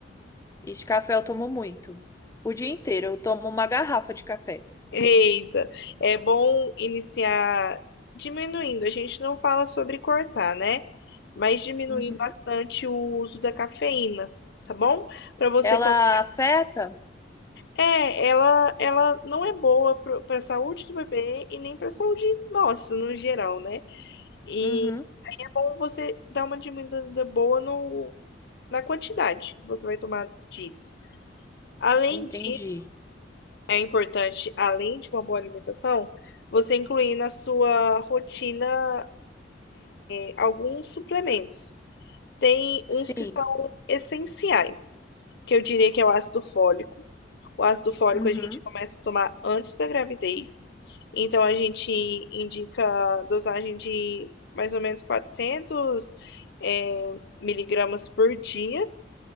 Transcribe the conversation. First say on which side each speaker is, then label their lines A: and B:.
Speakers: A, on the left; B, on the left.
A: E de café eu tomo muito. O dia inteiro eu tomo uma garrafa de café.
B: Eita, é bom iniciar diminuindo. A gente não fala sobre cortar, né? Mas diminuir
A: Uhum.
B: bastante o uso da cafeína, tá bom? Para você
A: Ela
B: quando
A: afeta?
B: é, ela ela não é boa para a saúde do bebê e nem para a saúde nossa no geral, né? E
A: Uhum.
B: é bom você dar uma diminuída boa no na quantidade que você vai tomar disso. Além
A: Entendi.
B: disso, é importante, além de uma boa alimentação, você incluir na sua rotina eh, alguns suplementos. Tem uns
A: Sim.
B: que são essenciais, que eu diria que é o ácido fólico. O ácido fólico
A: Uhum.
B: a gente começa a tomar antes da gravidez, então a gente indica dosagem de mais ou menos 400 eh, miligramas por dia,